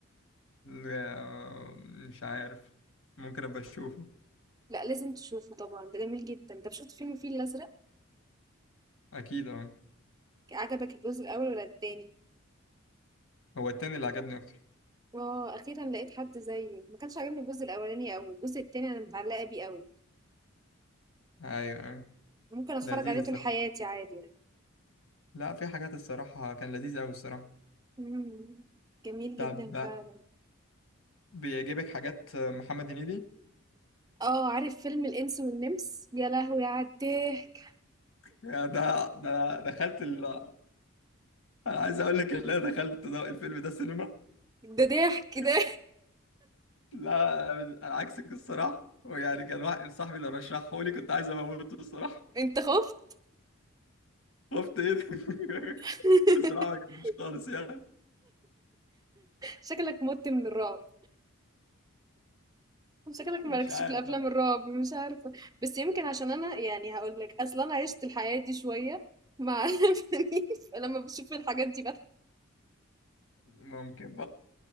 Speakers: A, on the left (about 75°); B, on the right (about 15°).
A: آه، مش عارف ممكن أبقى أشوفه
B: لا لازم تشوفه طبعا ده جميل جدا انت شفت فيلم الفيل الازرق
A: أكيد أه
B: عجبك الجزء الاول ولا التاني
A: هو التاني اللي عجبني أكتر
B: آه، أخيرا لقيت حد زيي ما كانش عاجبني الجزء الأولاني أوي الجزء التاني أنا متعلقة بيه أوي
A: ايوه ايوه
B: ممكن أتفرج
A: لذيذ
B: عليه
A: الصراحه
B: طول حياتي عادي يعني
A: لا في حاجات الصراحه كان لذيذ قوي الصراحه
B: مم. جميل
A: طب
B: جدا فعلا
A: بيعجبك حاجات محمد هنيدي
B: اه عارف فيلم الإنس والنمس يا لهوي على الضحك
A: يا ده ده أنا دخلت ال... انا عايز اقول لك ان انا دخلت ده الفيلم ده السينما
B: ده ضحك
A: كنت
B: ده
A: لا انا عكسك الصراحه ويعني كان واحد صاحبي اللي رشحه لي كنت عايز اموته الصراحه
B: <laughs> انت خفت
A: خفت ايه ده؟ <laughs>
B: <laughs>
A: الصراحه ما عجبنيش خالص يعني
B: شكلك مت من الرعب شكلك
A: مش
B: مالكش
A: عارف
B: في الافلام
A: بقى
B: الرعب مش عارفه بس يمكن عشان انا يعني هقول لك اصلا انا عشت الحياه دي شويه مع <laughs> فنيف، فلما بشوف الحاجات دي
A: ممكن بقى